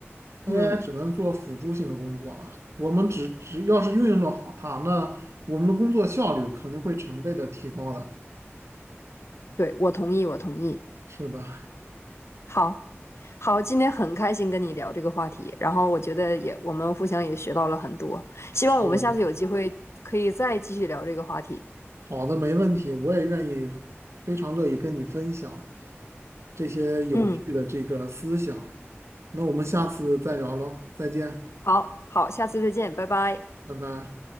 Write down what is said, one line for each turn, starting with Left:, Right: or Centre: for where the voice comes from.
Right: AI
Left: 嗯，
Right: 只能做辅助性的工作了。我们只只要是运用的好它，那我们的工作效率肯定会成倍的提高的。
Left: 对，我同意，我同意。
Right: 是的，
Left: 好，好，今天很开心跟你聊这个话题，然后我觉得也我们互相也学到了很多，希望我们下次有机会可以再继续聊这个话题。
Right: 是的，好的，没问题，我也愿意，非常乐意跟你分享这些有趣的这个思想。
Left: 嗯，
Right: 那我们下次再聊喽，再见，
Left: 好，好，下次再见，拜拜。
Right: 拜拜。